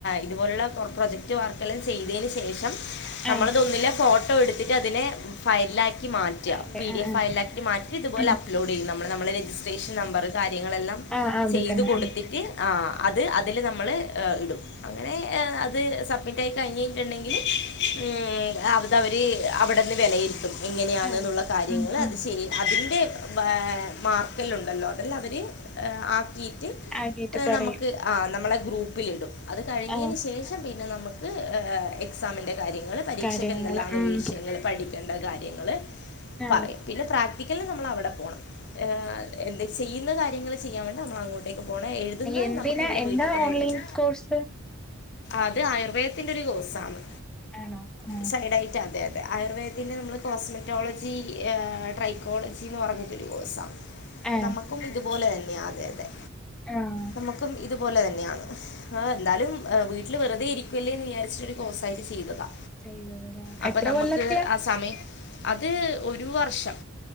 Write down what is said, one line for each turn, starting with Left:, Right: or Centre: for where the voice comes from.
Left: ഇത്പോലുള്ള പ്രോജക്ട് വർക്ക് ചെയ്തതിന് ശേഷം നമ്മളതൊന്ന്
Centre: ആ
Left: ഫോട്ടോ എടുത്തിട്ട് അതിനെ ഫയലിൽ ആക്കി മാറ്റാ
Centre: ഫയല്
Left: പി ഡി
Centre: ആ
Left: എഫ് ഫയലാക്കി മാറ്റി ഇതുപോലെ
Centre: ആ
Left: അപ്ലോഡ് ചെയ്യും നമ്മൾ നമ്മുടെ രജിസ്ട്രേഷൻ നമ്പറ് കാര്യങ്ങളെല്ലാം
Centre: ആ അത്
Left: ചെയ്ത്
Centre: തന്നെ
Left: കൊടുത്തിട്ട് ആഹ് അത് അതില് നമ്മള് ഇടും അങ്ങനെ അത് സബ്മിറ്റ് ആയി കഴിഞ്ഞിട്ടുണ്ടെങ്കിൽ ഉം അത് അതവർ അവിടെന്ന് വിലയിരുത്തും എങ്ങനെയാണെന്നുള്ള
Centre: ആ
Left: കാര്യങ്ങൾ
Centre: ഉം ഉം
Left: അത് ശരി അതിൻ്റെ മാർക്കെല്ലാം ഉണ്ടല്ലോ അതെല്ലാം അവർ ആക്കിയിട്ട്
Centre: ആയിട്ട് പറയും
Left: നമുക്ക് ആ നമ്മളെ ഗ്രൂപ്പിലിടും അത് കഴിഞ്ഞതിന്
Centre: ആഹ്
Left: ശേഷം പിന്നെ നമുക്ക് എക്സാമിൻ്റെ കാര്യങ്ങൾ പരീക്ഷക്ക്
Centre: കാര്യങ്ങള്
Left: എന്തെല്ലാന്ന്
Centre: ഉം
Left: വീഷയങ്ങൾ പഠിക്കേണ്ട കാര്യങ്ങൾ
Centre: ആഹ്
Left: പറയും പിന്നെ പ്രാക്- നമ്മളവിടെ പോണം എന്ത് ചെയ്യുന്ന കാര്യങ്ങൾ ചെയ്യാൻ വേണ്ടി നമ്മളങ്ങോട്ട് ഇവിക്ക് പോണ എഴുതുന്ന
Centre: എന്തിനാ
Left: നമുക്ക് ഇവിടെ
Centre: എന്താ
Left: വീട്ട് തന്നെ
Centre: ഓൺലൈൻ
Left: എഴുത
Centre: കോഴ്സ്
Left: അത് ആയുർവേദത്തിന്റെ ഒരു കോഴ്സാണ്
Centre: ആണോ ആഹ്
Left: സൈഡ് ആയിട്ട് അതെ അതെ അ ആയുർവേദത്തിന്റെ നമ്മള് കോസ്മെറ്റോളജി ട്രൈക്കോളജിന്ന് പറഞ്ഞിട്ടൊരു കോഴ്സാണ്
Centre: ആഹ്
Left: നമ്മുക്കും ഇതുപോലെ തന്നെയ അതെ അതെ
Centre: ആഹ്
Left: നമ്മുക്കും ഇതുപോലെ തന്നെയാണ് ആഹ് എന്താലും വീട്ടില് വെറുതെ ഇരിക്കല്ലേ എന്ന് വിചാരിച്ചിട്ട് കോഴ്സായിട്ട് ചെയ്തതാ
Centre: ചെയ്തതല്ലേ
Left: അപ്പൊ
Centre: എത്ര
Left: നമുക്ക്
Centre: കൊല്ലത്തെയാ
Left: ആ സമയം അത് ഒരു വർഷം